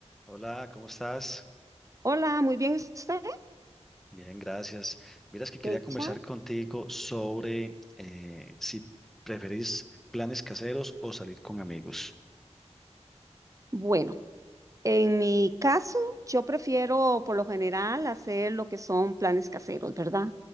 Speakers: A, in the centre; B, on the right.
A: Hola, ¿cómo estás?
B: Hola, muy bien usted.
A: Bien, gracias. Miras que quería
B: Hecha.
A: conversar contigo sobre eh, si preferís planes caseros o salir con amigos.
B: Bueno, en mi caso, yo prefiero por lo general hacer lo que son planes caseros, ¿verdad?